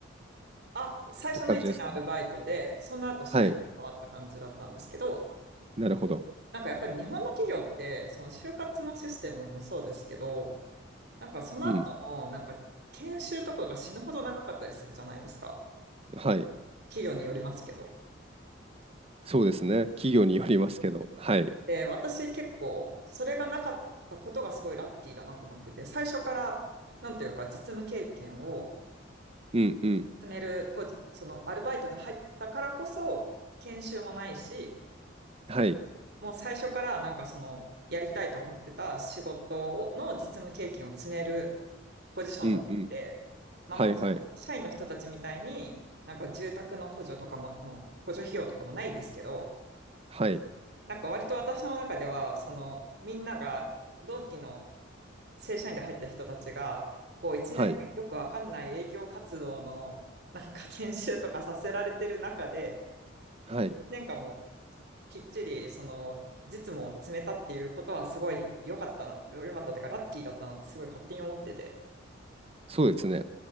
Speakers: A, on the right; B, on the right.
A: あ、最初の1年アルバイトで、
B: て感じですかね。
A: その後社員に変わった感じだったんですけど、
B: はい。なるほど。
A: なんかやっぱり日本の企業って、その就活のシステムもそうですけど、なんかその後の、
B: うん。
A: なんか研修とかが死ぬほど長かったりするじゃないですか。
B: はい。
A: 企業によりますけど。
B: そうですね。企業によりますけど。はい。
A: で、私結構、それがなかったことがすごいラッキーだなと思ってて、最初から、なんというか、実務経験を
B: うんうん。
A: 積めるポジ、そのアルバイトで入ったからこそ、研修もないし、
B: はい。
A: もう最初からなんかその、やりたいと思ってた仕事をの実務経験を積めるポジションだったんで、
B: うんうん。
A: まあ、
B: はいはい。
A: もちろん社員の人たちみたいに、なんか住宅の補助とかも、の補助費用とかもないですけど、
B: はい。
A: なんか割と私の中では、そのみんなが同期の正社員で入った人たちが、こう1年間よくわかんない営業活動のなんか研修とかさせられてる中で、
B: はい。はい。
A: 1年間もきっちりその実務を詰めたっていうことはすごい良かったな、良かったっていうかラッキーだったなってすごい勝手に思ってて。
B: そうですね。